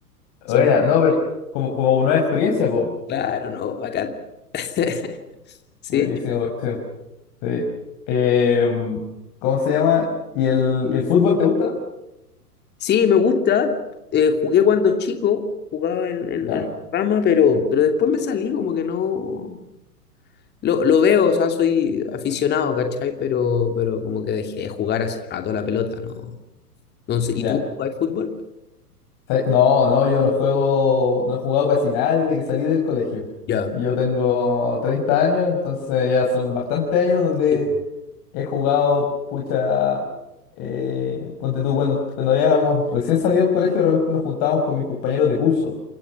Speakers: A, on the left (about 20°); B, on the left (about 35°).
A: son.
B: Buena, no, pero como, como una nueva experiencia, po.
A: Claro, ¿no? Bacán. <laughs> Sí,
B: Buenísimo, buenísimo. Sí. Eh, ¿cómo se llama? ¿Y el, y el fútbol te gusta?
A: sí, me gusta. eh, jugué cuando chico, jugaba en, en,
B: Ya,
A: en rama, pero, pero después me salí, como que no. Lo, lo veo, o sea, soy aficionado, ¿cachai? Pero, pero como que dejé de jugar hace rato la pelota, ¿no? Entonces,
B: ya.
A: ¿y tú jugáis fútbol?
B: ¿Sabes? No, no, yo no juego, no he jugado casi nada desde que salí del colegio.
A: Ya.
B: Yo tengo 30 años, entonces ya son bastantes años donde
A: Sí, po.
B: he jugado, pucha, eh, ponte tú, cuando, cuando habíamos recién salido del colegio, de repente nos juntábamos con mis compañeros de curso